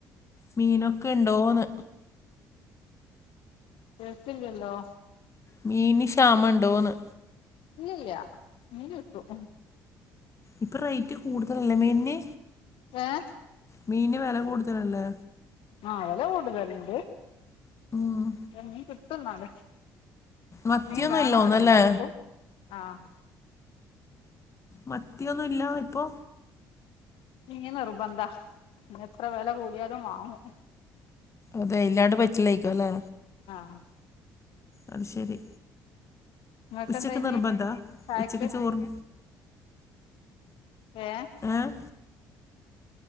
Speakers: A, on the left; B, on the left.
A: മീനൊക്കെ ഇണ്ടോന്ന്
B: കേക്ക്ല്ലല്ലോ
A: മീന് ശാമം ഇണ്ടോന്ന്
B: ഇല്ല ഇല്ല്യ മീന് കിട്ടും
A: ഇപ്പ റേറ്റ് കൂടുതലല്ലേ മീന്ന്
B: ഏഹ്
A: മീന്ന് വെല കൂട്തലല്ലേ
B: ആ വെല കൂട്തല്ണ്ട്
A: ഉം.
B: മീൻ കിട്ടുന്നാലും
A: മത്തിയൊന്നും
B: മീൻ വേണോ
A: ഇല്ല തോന്നല്ലേ
B: അവടെ എല്ലാര്ക്കും ആഹ്
A: മത്തിയൊന്നുല്ലാ ഇപ്പൊ
B: മീന് നിർബന്ധാ എത്ര വെല കൂടിയാലും വാങ്ങും
A: അതെ ഇല്ലാണ്ട് പറ്റില്ലായിക്കോല്ലേ
B: ആഹ്
A: അത് ശരി
B: നിങ്ങക്കെന്തേനി
A: ഉച്ചക്ക് നിർബന്ധാ
B: ചായക്ക്
A: ഉച്ചക്ക് ചോറ്
B: ഏഹ്
A: ഏ